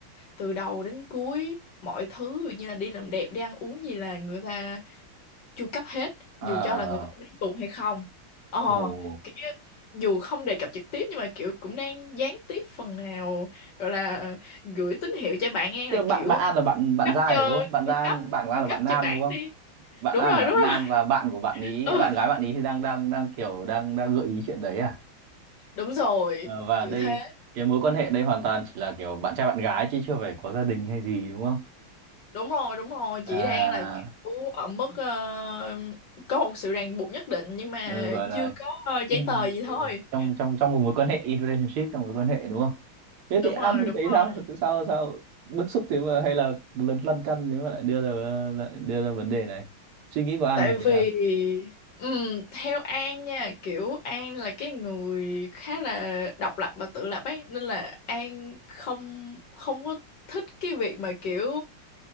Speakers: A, on the left; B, on the right.
A: từ đầu đến cuối mọi thứ ví dụ như là đi làm đẹp đi ăn uống gì là người ta chu cấp hết
B: À,
A: dù cho là người ta có đi cùng hay không ờ
B: ồ.
A: kiểu như dù không đề cập trực tiếp nhưng mà kiểu cũng đang gián tiếp phần nào gọi là gửi tín hiệu cho bạn ngang
B: Tức
A: là
B: là bạn
A: kiểu
B: bạn An là bạn bạn
A: cấp
B: Giai
A: cho
B: rồi đúng không? Bạn
A: chu
B: ra
A: cấp
B: bạn của An
A: chu
B: là
A: cấp
B: bạn nam
A: cho bạn
B: đúng không?
A: đi
B: Bạn
A: đúng
B: An
A: rồi
B: của bạn
A: đúng
B: nam
A: rồi
B: và bạn của bạn
A: <laughs>
B: ý,
A: ừ,
B: bạn gái bạn ý thì đang đang đang kiểu đang đang gợi ý chuyện đấy à?
A: đúng rồi
B: Ờ, và
A: kiểu
B: đây
A: thế
B: cái mối quan hệ đây hoàn toàn chỉ là kiểu bạn trai bạn gái chứ chưa phải có gia đình hay gì đúng không?
A: đúng rồi đúng rồi chị
B: À,
A: đang là kiểu ở mức ờ, có một sự ràng buộc nhất định nhưng mà
B: ừ, gọi là
A: chưa có ờ,
B: in
A: giấy tờ gì thôi
B: trong trong trong một mối quan hệ in relationship trong mối quan hệ đúng không thế
A: đúng
B: thì An
A: rồi
B: thì
A: đúng
B: thấy
A: rồi
B: sao tại sao sao bức xúc thế mà hay là lấn lăn căn nếu mà lại đưa ra lại đưa ra vấn đề này suy nghĩ của An
A: tại
B: thì thế
A: vì
B: nào
A: ừm, theo An nha kiểu An là cái người khá là độc lập và tự lập ấy nên là An không không có thích cái việc mà kiểu